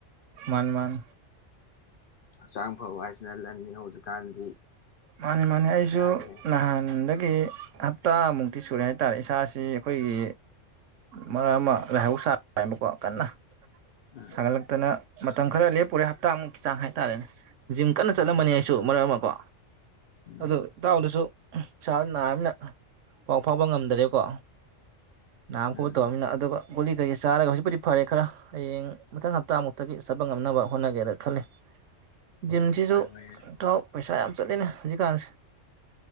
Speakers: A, on the right; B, on the left.
A: ꯃꯥꯟ ꯃꯥꯟ
B: ꯑꯁꯝ ꯑꯐꯧ ꯍꯥꯏꯁꯤꯅ ꯂꯅꯤ ꯍꯧꯖꯤꯛꯀꯥꯟꯗꯤ
A: ꯃꯥꯅꯤ ꯃꯥꯅꯦ ꯑꯩꯖꯨ
B: ꯍꯥꯏꯗꯤ
A: ꯅꯍꯥꯟꯗ ꯗꯒꯤ ꯍꯞꯇꯥꯃꯨꯛꯇꯤ ꯁꯨꯔꯦ ꯍꯥꯏꯇꯥꯔꯦ ꯏꯁꯥꯁꯤ ꯑꯩꯈꯣꯏꯒꯤ ꯃꯔꯛ ꯑꯃ ꯂꯥꯏꯍꯧ ꯁꯥꯕꯀꯣ ꯀꯟꯅ꯫
B: ꯎꯝ
A: ꯁꯥꯒꯠꯂꯛꯇꯅ ꯃꯇꯝ ꯈꯔ ꯂꯦꯞꯄꯨꯔꯦ ꯍꯞꯇꯥꯃꯨꯛꯀꯤ ꯆꯥꯡ ꯍꯥꯏꯇꯥꯔꯦꯅꯦ꯫ ꯖꯤꯝ ꯀꯟꯅ
B: ꯎꯝ
A: ꯆꯠꯂꯝꯕꯅꯦ ꯑꯩꯁꯨ ꯃꯔꯛ ꯑꯃ ꯀꯣ
B: ꯎꯝ
A: ꯑꯗꯨ ꯏꯇꯥꯎꯗꯁꯨ ꯏꯁꯥꯁꯤ ꯅꯥꯔꯕꯅꯤꯅ ꯄꯥꯎ ꯐꯥꯎꯕ ꯉꯝꯗꯔꯦꯀꯣ꯫ ꯅꯥꯝ ꯈꯣꯠ
B: ꯎꯝ
A: ꯇꯧꯔꯝꯅꯤꯅ ꯑꯗꯨꯒ ꯒꯨꯂꯤ ꯀꯩꯀꯩ ꯆꯥꯔꯒ ꯍꯧꯖꯤꯛꯄꯨꯗꯤ ꯐꯔꯦ ꯈꯔ ꯍꯌꯦꯡ ꯃꯊꯪ ꯍꯞꯇꯥꯃꯨꯛꯇꯒꯤ ꯆꯠꯄ ꯉꯝꯅꯕ ꯍꯣꯠꯅꯒꯦꯅ ꯈꯜꯂꯤ꯫ ꯖꯤꯝ ꯁꯤꯁꯨ
B: ꯍꯣꯏ ꯍꯣꯏ
A: ꯊꯥꯎ ꯄꯩꯁꯥ ꯌꯥꯝ ꯆꯠꯂꯤꯅꯦ ꯍꯧꯖꯤꯛꯀꯥꯟꯁꯦ